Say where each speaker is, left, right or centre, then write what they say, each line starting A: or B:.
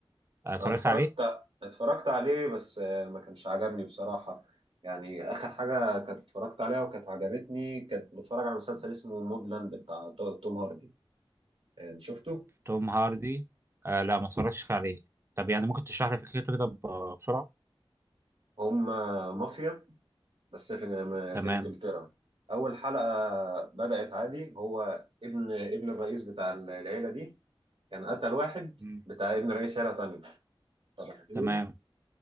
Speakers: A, on the right (about 30°); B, on the right (about 70°).
A: آه اتفرجت
B: أنا اتفرجت
A: عليه
B: اتفرجت عليه بس آه، ما كانش عجبني بصراحة يعني آخر حاجة كانت اتفرجت عليها وكانت عجبتني كانت بتفرج على مسلسل اسمه موبلاند بتاع تو- توم هاردي آه، شفته؟
A: توم هاردي آه لا ما اتفرجتش عليه طب يعني ممكن تشرح لي فكرته كده ب- بسرعه
B: هم مافيا بس في
A: تمام
B: في إنجلترا أول حلقة بدأت عادي هو ابن ابن الرئيس بتاع العيلة دي كان قتل واحد
A: مم.
B: بتاع ابن رئيس عيلة تانية فبعدين
A: تمام